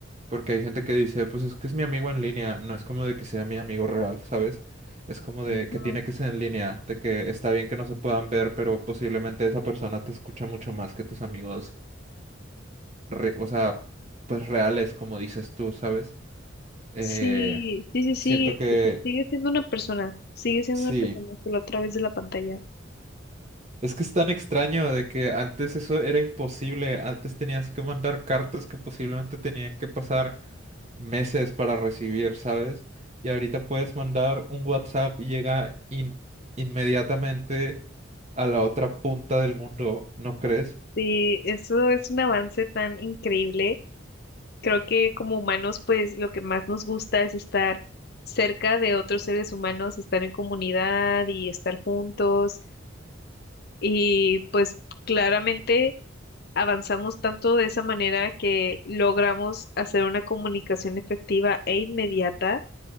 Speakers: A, on the right; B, on the left.
A: Porque hay gente que dice, pues es que es mi amigo en línea, no es como de que sea mi amigo real, ¿sabes? Es como de
B: Ujú.
A: que tiene que ser en línea, de que está bien que no se puedan ver, pero posiblemente esa persona te escucha mucho más que tus amigos, re- o sea, pues reales, como dices tú, ¿sabes? Eh,
B: Sí, sí, sí, sí.
A: siento que
B: o sea, Sigue siendo una persona, sigue siendo
A: sí.
B: una persona, solo a través de la pantalla.
A: Es que es tan extraño de que antes eso era imposible, antes tenías que mandar cartas que posiblemente tenían que pasar. meses para recibir, ¿sabes? Y ahorita puedes mandar un WhatsApp y llega in- inmediatamente a la otra punta del mundo, ¿no crees?
B: Sí, eso es un avance tan increíble. Creo que como humanos, pues lo que más nos gusta es estar cerca de otros seres humanos, estar en comunidad y estar juntos. Y pues claramente avanzamos tanto de esa manera que logramos hacer una comunicación efectiva e inmediata